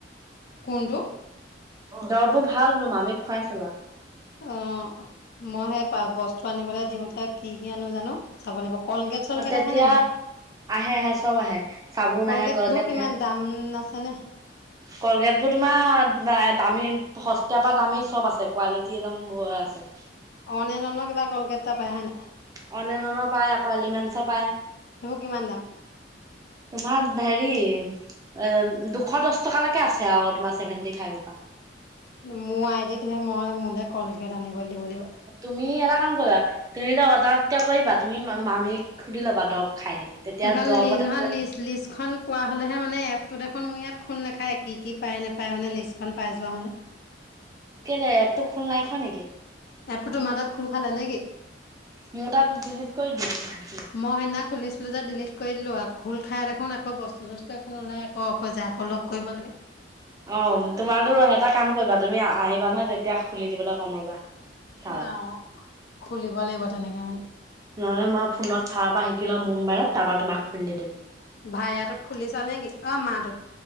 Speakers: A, on the left; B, on the right.
A: কোনটো
B: দৰববোৰ ভাল বলো মামীক খুৱাই চাবা
A: অ মই সেই পা বস্তু আনিবলৈ দিওঁতে কি কি আনো জানো চাব লাগিব কলগেট চলগেট
B: অ তেতিয়া
A: আহে নাই হেয়াত?
B: আহে আহে চব আহে চাবোন
A: কলগেট
B: আহে
A: বো কিমান
B: আহে
A: দাম আছেনে?
B: কলগেট বোৰ তোমা দা দামী সস্তীয়া পা দামী চব আছে কোৱালিটি একদম আছে।
A: অনে নন কিবা কলগেট টা পাই হয় নাই?
B: অনে নন পায় আকৌ এলিমেন্স পায়।
A: সেইবোৰ কিমান দাম
B: তোমাত ঢেৰি এ দুশ দছ টকালৈকে আছে আউ তোমাৰ চছেভেন্টি ফাইভৰ পা
A: মোৰ আইডিতহে মই মোলে কলগেট আনিব দিব লাগিব।
B: তুমি এটা কাম কৰিবা তুমি যে বজা কৰিবা তুমি মামীক সুধি ল'বা দৰৱ খাই নি? তেতিয়া
A: নিহনলি
B: দৰৱতে
A: নহয় লিছলিছ খন পোৱা হ'লেহে মানে এপতো দেখোন মোৰ ইয়াত খুন নেখায় কি কি পায় নেপায় মানে লিষ্টখন পাই যোৱা হ'লে
B: কে এপটো খোল নাই খোৱা নেকি?
A: এপটো তোমাৰ তাত খোল খালে নে কি?
B: মোৰ তাত ডিলিট কৰি লিখি থাকিলে।
A: মই সেইনা খুলিছিলোঁ যে ডিলিট কৰি দিলোঁ আউ খোল খাই দেখোন আকৌ বস্তু চস্তু একো নুলাই অফ হৈ যায় আকৌ লগ কৰিব লাগে
B: অ তোমাৰতো এটা কাম কৰিবা তুমি আ আহিবা নহয় তেতিয়া খুলি দিবলৈ কম ৰ'বা। ছাৰক।
A: ন খুলিব লাগিব তেনেকে মানে
B: নহ'লে মই ফোনত চাৰ পৰা শিকি লম মো মবাইলত তাৰ পৰা তোমাক খুলি দিম।
A: ভাইয়া টোত খুলিছা নে কি অ মাহ টোত